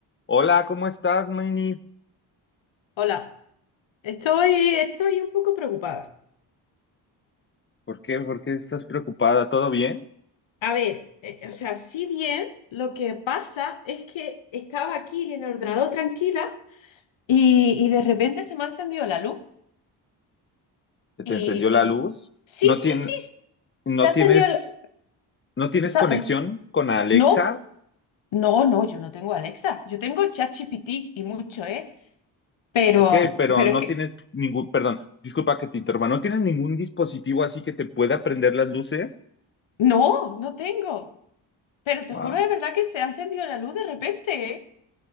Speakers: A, on the left (about 25°); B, on the left (about 65°).
A: Hola, ¿cómo estás, Mini?
B: Hola, estoy, estoy un poco preocupada.
A: ¿Por qué, por qué estás preocupada? ¿Todo bien?
B: A ver, eh, o sea, si bien lo que pasa es que estaba aquí en el ordenador tranquila y, y de repente se me ha encendido la luz
A: ¿Se te
B: y,
A: encendió la
B: y-
A: luz?
B: sí,
A: ¿No
B: sí,
A: tien-
B: sí,
A: no
B: se ha
A: tienes,
B: encendido la...
A: no tienes
B: sa-
A: conexión con Alexa?
B: No, no, no, yo no tengo Alexa, yo tengo ChatGPT y mucho, ¿eh? Pero,
A: Ok, pero
B: pero
A: no
B: es que,
A: tienes ningún, perdón, disculpa que te interrumpa, ¿no tienes ningún dispositivo así que te pueda prender las luces?
B: no, no tengo. Pero te
A: Wow.
B: juro de verdad que se ha encendido la luz de repente, ¿eh?